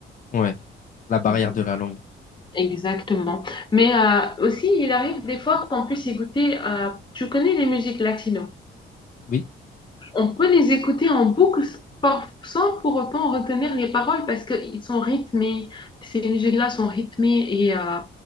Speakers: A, on the left; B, on the left.
A: Ouais, la barrière
B: Mhm.
A: de la langue.
B: Exactement. Mais euh, aussi, il arrive des fois qu'on puisse écouter, euh, tu connais les musiques latino.
A: Oui.
B: On peut les écouter en boucle s- par- sans pour autant retenir les paroles parce qu'ils sont rythmés. Ces musiques-là sont rythmées et euh,